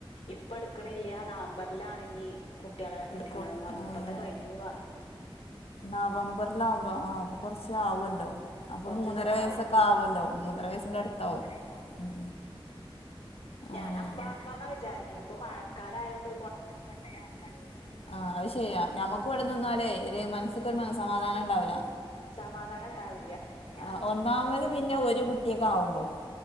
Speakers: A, on the left (about 75°); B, on the left (about 90°).
A: ഇപ്പ എടുക്കണില്യ നവംബറിലാണ് ഇനി കുട്ടികളെ
B: എടുക്കൂ
A: എടുക്കണതന്ന് പറഞ്ഞു ഇപ്പഴ്ത്തെ കഴിഞ്ഞൂന്ന് പറഞ്ഞു
B: നവംബറിലാവുമ്പോ ആഹ് അപ്പ കൊറച്ചാവല്ലോ അപ്പൊ
A: കൊറച്ച്
B: മൂന്നര വയസ്സൊക്കെ
A: ആവും
B: ആവുല്ലോ മൂന്നര വയസിന്റെ അടുത്താവും ഉം
A: ഞാനപ്പ
B: അങ്ങനെ
A: ആക്കാന്നാ വിചാരിക്കുന്നേ ഇപ്പ മഴക്കാലായോണ്ട്
B: കൊണ്ടോയാക്കാരുന്ന് ആഹ് അത് ശരിയാ ഞമ്മക്ക് ഇവിടെ നിന്നാലേ ഒരു മനസ്സിക്കൊരു മനസമാധാനം ഇണ്ടാവൂല
A: സമാധാനം ഉണ്ടാവില്ല ആ
B: ആഹ് ഒന്നാമത് പിന്നെ ഒരു കുട്ടിയൊക്കെ ആവുമ്പോ